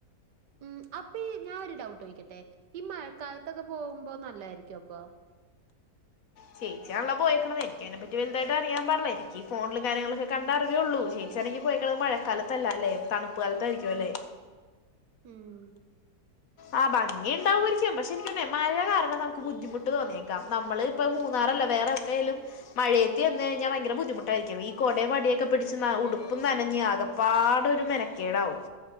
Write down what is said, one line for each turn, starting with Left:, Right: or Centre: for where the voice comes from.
Right: ഉം അപ്പഈ ഞാ ഒരു ഡൌട്ട് ചോയിക്കട്ടെ ഈ മഴക്കാലത്തൊക്കെ പോകുമ്പോ നല്ലായിരിക്കുപ്പൊ
Left: ചേച്ചിയാണല്ലൊ പോയീക്ക്ണത് എനെപ്പറ്റി വൽതായിട്ട് അറിയാൻ പാടില്ലേ ഈ ഫോണ്ല് കാര്യങ്ങൾലൊക്കെ കണ്ട അറിവേ ഒള്ളൂ ച്ചാണങ്കി പോയിക്കണത് മഴക്കാലത്തല്ലല്ലെ തണ്പ്പ് കാലത്തായിരിക്കുംഅല്ലേ
Right: ഉം
Left: ആഹ് ഭംഗി ഉണ്ടാവോയിരിക്കും പക്ഷെ എനിക്ക് തോന്ന്ണ് മയ കാരണം നമുക്ക് ബുദ്ധിമുട്ട് തോന്നിയേക്കാം നമ്മള് ഇപ്പൊ മൂന്നാറല്ല വേറെ ടേലും മഴയത്തി എന്ന് കഴഞ്ഞാ ഭയങ്കര ബുദ്ധിമുട്ടായിരിക്കും ഈ കോടേം വടിയൊക്കെ പിടിച്ച് ഉടുപ്പും നനഞ്ഞ് ആകെ പാടൊരു മെനക്കേടാവും